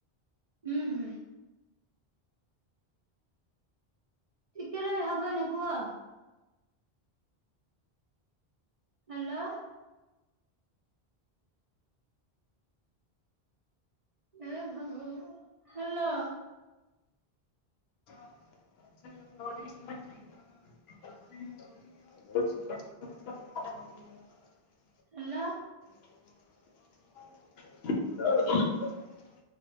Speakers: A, on the right (about 45°); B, on the left (about 80°).
A: ହୁଁ ହୁଁ। ଟିକେ ରହି ହବନି କୁହ? ହ୍ୟାଲୋ। ହେ ଭଗବାନ। ହେଲୋ,
B: ନର୍ଥ ଇଷ୍ଟ ମ <unintelligible> <inaudible>
A: ହେଲୋ।
B: <inaudible>